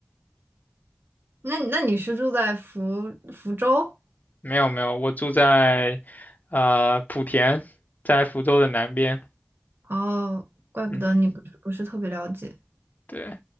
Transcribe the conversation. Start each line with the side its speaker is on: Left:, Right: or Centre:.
Right: 那你那你是住在福福州？
Left: 没有没有，我住在呃莆田，在福州的南边。
Right: 哦，怪不得你不是不是特别了解。
Left: 嗯，对，